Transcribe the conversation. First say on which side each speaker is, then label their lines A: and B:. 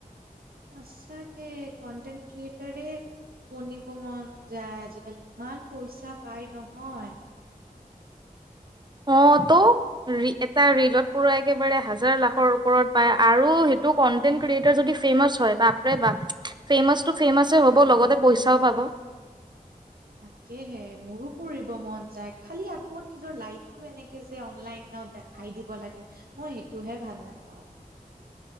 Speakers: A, on the right; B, on the right.
A: সঁচাকে কন্টেণ্ট ক্ৰিয়েটাৰে শূনিব মন যায় আজিকালি ইমান পইচা পায় নহয়
B: অঁ তো এটা ৰীলত পূৰা একেবাৰে হাজাৰ লাখৰ ওপৰত পায় আৰু সেইটো কন্টেণ্ট ক্ৰিয়েটাৰ যদি ফেমাছ হয় বাপ বা ফেমাচটো ফেমাছে হ'ব লগতে পইচাও পাব
A: তাকেহে মোৰো কৰিব মন যায় খালি আকৌ নিজৰ লাইফটো এনেকে যে অনলাইনত দেখাই দিব লাগে মই সেইটোহে ভাল নাপাওঁ